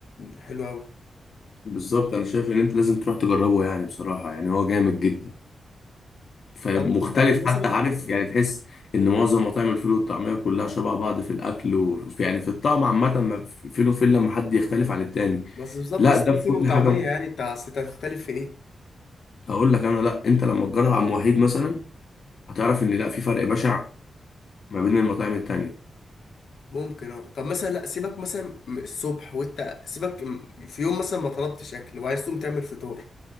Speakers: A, on the left (about 75°); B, on the left (about 55°).
A: حلو قوي
B: بالظبط أنا شايف إن أنت لازم تروح تجربه يعني بصراحة يعني هو جامد جدا فمختلف
A: طب يعني مثلا
B: حتى عارف يعني تحس ان معظم مطاعم الفول والطعميه كلها شبه بعض في الاكل وفي يعني في الطعم عامه ما في- فين وفين لما حد يختلف عن التاني
A: بس بالظبط
B: لا
A: اصل
B: ده
A: ده
B: في كل
A: فول وطعميه
B: حاجه
A: يعني انت اصل إنت هتختلف في ايه
B: اقول لك انا لا انت لما تجرب عم وحيد مثلا هتعرف ان لا في فرق بشع ما بين المطاعم التانيه
A: ممكن اه طب مثلا لا سيبك مثلا من الصبح وانت سيبك م- في يوم مثلا ما طلبتش اكل وعايز تقوم تعمل فطار